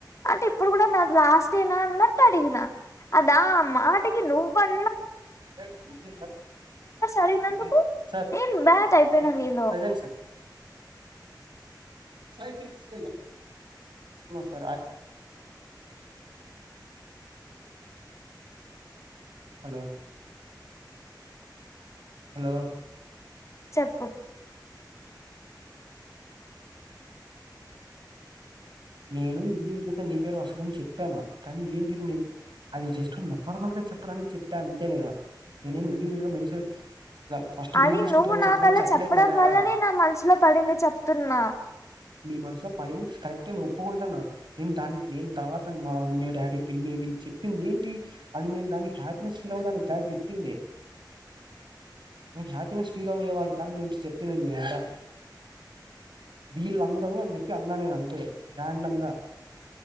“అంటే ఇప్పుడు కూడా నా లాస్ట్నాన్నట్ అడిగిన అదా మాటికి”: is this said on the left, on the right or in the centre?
Left